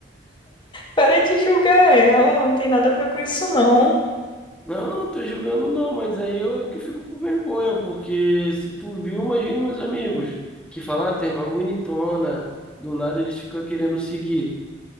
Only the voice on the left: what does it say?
Para de julgar ela, não tem nada a ver com isso, não.